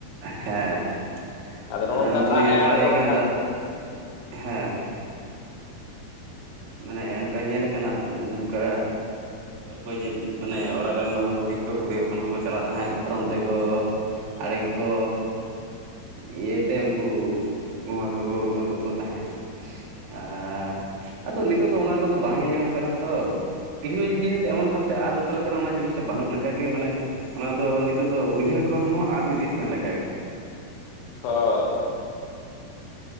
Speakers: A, on the right; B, on the left.
A: ᱦᱮᱸ
B: ᱱᱚᱜᱼᱚ
A: ᱟᱫᱚ
B: ᱱᱚᱝᱠᱟ
A: ᱩᱱ ᱥᱚᱢᱚᱭ
B: ᱫᱟᱜ
A: ᱧᱮᱞ
B: ᱮ
A: ᱵᱟᱲᱟ
B: ᱟᱬᱜᱚ
A: ᱦᱩᱭ
B: ᱞᱮᱠᱷᱟᱱ
A: ᱠᱟᱱᱟ ᱫᱟᱜ, ᱦᱮᱸ ᱾ ᱢᱟᱱᱮ ᱚᱱᱠᱟ ᱧᱮᱞ ᱠᱟᱱᱟ ᱱᱚᱝᱠᱟ
B: <unintelligible>
A: ᱚᱠᱚᱭ ᱡᱮ ᱢᱟᱱᱮ ᱚᱲᱟᱜ ᱨᱮᱱ ᱵᱟᱹᱦᱩ ᱠᱩᱲᱤ ᱠᱚ ᱠᱩᱲᱤ ᱦᱚᱯᱚᱱ ᱠᱚ ᱠᱚ ᱪᱟᱞᱟᱜ ᱛᱟᱦᱮᱸᱫ ᱫᱟᱛᱨᱚᱢ ᱛᱮᱠᱚ ᱟᱲᱮ ᱠᱚ ᱠᱚ ᱤᱭᱟᱹᱭ ᱛᱮ ᱩᱱᱠᱩ ᱜᱚᱝᱜᱦᱟ ᱠᱚ ᱠᱚ ᱩᱰᱩᱠ ᱟᱹᱜᱩ ᱠᱚ ᱛᱟᱦᱮᱸᱫ ᱟᱨ ᱟᱫᱚ ᱱᱤᱛᱚᱜ ᱫᱚ ᱚᱱᱟ ᱠᱚᱫᱚ ᱵᱟᱝ ᱧᱮᱞ ᱧᱟᱢᱚᱜ ᱠᱟᱱᱟ ᱛᱚ ᱾ ᱠᱤᱪᱷᱩ ᱠᱤᱪᱷ ᱡᱤᱱᱤᱥ ᱫᱚ ᱮᱢᱚᱱ ᱵᱷᱟᱵ ᱛᱮ ᱟᱫ ᱩᱛᱟᱹᱨᱚᱜ ᱠᱟᱱᱟ ᱚᱱᱟ ᱡᱤᱱᱤᱥᱴᱟᱜ ᱵᱟᱹᱱᱩᱜ ᱞᱮᱠᱟ ᱜᱮ ᱢᱟᱱᱮ ᱚᱱᱟ ᱫᱚ ᱱᱤᱛᱚᱜ ᱫᱚ ᱩᱭᱦᱟᱹᱨ ᱠᱷᱚᱱ ᱦᱚᱸ ᱟᱫ ᱤᱫᱤᱜ ᱠᱟᱱ ᱞᱮᱠᱟ ᱜᱮ ᱾
B: ᱦᱳᱭ ᱾